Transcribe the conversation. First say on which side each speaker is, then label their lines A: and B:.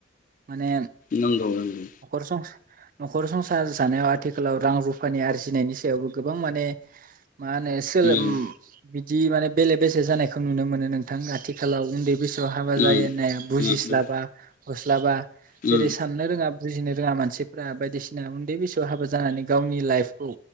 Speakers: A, on the right; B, on the left.
A: माने
B: नंगौ नंगौ
A: न'खर सं न'खर संसार जानायाव आथिखालाव रां रुफानि आरजिनायनि सायावबो गोबां माने मा होनो सोलोम
B: उम
A: उम जि माने बेले बेसे जानायखौ नुनो मोनो नों थां आथिाखालाव उन्दै बैसोआव हाबा जायो
B: उम
A: होननाया बुजिस्लाबा
B: उम उम
A: गस्लाबा
B: उम
A: जेरै साननो रोङा बुजिनो रोङा मानसिफ्रा बायदिसिना उन्दै बैसोआव हाबा जानानै गावनि लाइफखौ